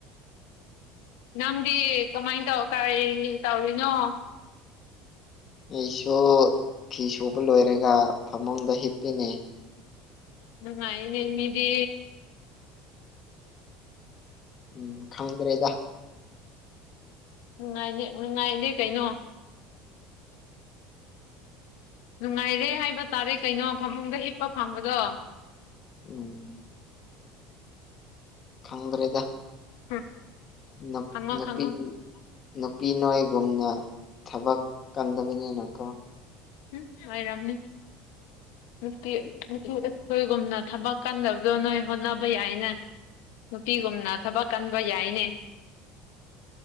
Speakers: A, on the left; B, on the left.
A: ꯅꯪꯗꯤ ꯀꯃꯥꯏꯅ ꯇꯧꯈ꯭ꯔꯤ ꯀꯩꯇꯧꯔꯤꯅꯣ
B: ꯑꯩꯁꯨ ꯐꯤꯁꯨꯕ ꯂꯣꯏꯔꯒ ꯐꯃꯨꯡꯗ ꯍꯤꯞꯄꯤꯅꯦ
A: ꯅꯨꯡꯉꯥꯏꯌꯦꯅꯦ ꯃꯤꯗꯤ
B: ꯎꯝ ꯈꯪꯗ꯭ꯔꯦꯗ
A: ꯅꯨꯡꯉꯥꯏꯅꯦ ꯅꯨꯡꯉꯥꯏꯅꯦ ꯀꯩꯅꯣ ꯅꯨꯡꯉꯥꯏꯔꯦ ꯍꯥꯏꯕ ꯇꯥꯔꯦ ꯀꯩꯅꯣ ꯐꯃꯨꯡꯗ ꯍꯤꯞꯄ ꯐꯪꯕꯗꯣ
B: ꯎꯝ ꯈꯪꯗ꯭ꯔꯦꯗ
A: ꯍꯨꯝ
B: ꯅꯨꯞ
A: ꯈꯪꯉꯣ
B: ꯅꯨꯄꯤ
A: ꯈꯪꯉꯣ
B: ꯅꯨꯄꯤ ꯅꯣꯏꯒꯨꯝꯅ ꯊꯕꯛ ꯀꯟꯗꯕꯅꯤꯅ ꯀꯣ
A: ꯎꯝ ꯑꯣꯏꯔꯝꯅꯤ ꯅꯨꯄꯤ ꯑꯩꯈꯣꯏꯒꯨꯝꯅ ꯊꯕꯛ ꯀꯟꯗꯕꯗꯣ ꯅꯣꯏ ꯍꯣꯠꯅꯕ ꯌꯥꯏꯅ ꯅꯨꯄꯤꯒꯨꯝꯅ ꯊꯕꯛ ꯀꯟꯕ ꯌꯥꯏꯅꯦ